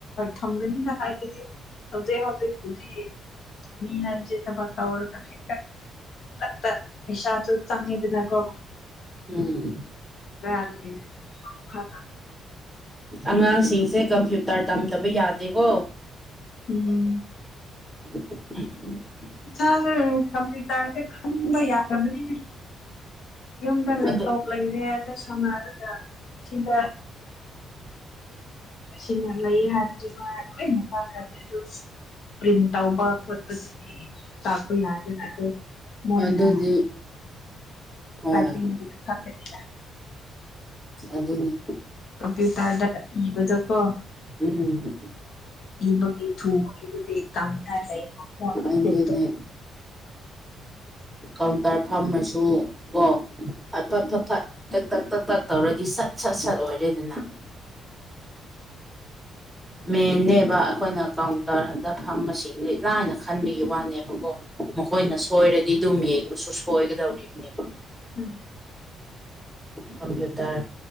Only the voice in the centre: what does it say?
ꯎꯝ
ꯑꯉꯥꯡꯁꯤꯡꯁꯦ ꯀꯝꯄ꯭ꯌꯨꯇꯔ ꯇꯝꯗꯕ ꯌꯥꯗꯦꯀꯣ
ꯎ ꯎꯝ <unintelligible>
ꯑꯗꯨ
ꯑꯗꯨꯗꯤ
ꯍꯣꯏ ꯑꯗꯨ ꯑꯗꯨꯅꯦ
ꯎꯝ
ꯑꯗꯨꯅꯦ
ꯀꯥꯎꯟꯇꯔ ꯐꯝꯃꯁꯨ ꯀꯣ ꯐꯠ ꯐꯠ ꯐꯠ ꯐꯠ ꯇ ꯇꯛ ꯇꯛ ꯄꯇꯛ ꯇꯧꯔꯗꯤ ꯁꯠ ꯁꯠ ꯁꯠ ꯑꯣꯏꯔꯦꯗꯅ
ꯃꯦꯟꯅꯦꯕ ꯑꯩꯈꯣꯏꯅ ꯀꯥꯎꯟꯇꯔꯗ ꯐꯝꯝꯕꯁꯤꯡꯗ ꯏ ꯂꯥꯏꯅ ꯈꯟꯕꯒꯤ ꯋꯥꯅꯦꯕꯀꯣ ꯃꯈꯣꯏꯅ ꯁꯣꯏꯔꯗꯤ ꯑꯗꯨꯝ ꯌꯦꯡꯕꯁꯨ ꯁꯣꯏꯒꯗꯧꯔꯤꯕꯅꯦꯕ
ꯀꯝꯄ꯭ꯌꯨꯇꯔ